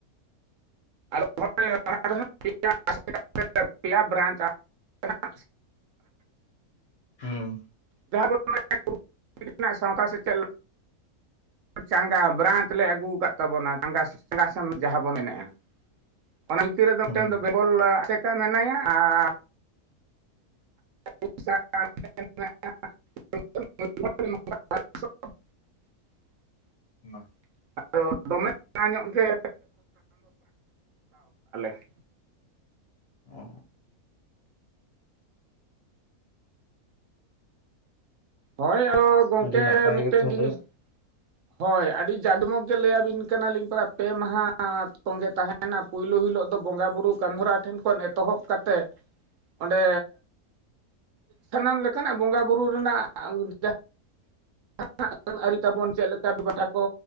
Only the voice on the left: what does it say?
ᱦᱩᱸ
ᱦᱩᱸ
ᱢᱟ
ᱚ
ᱟᱹᱰᱤ ᱱᱟᱯᱟᱭ
ᱜᱮ ᱛᱟᱦᱚᱞᱮ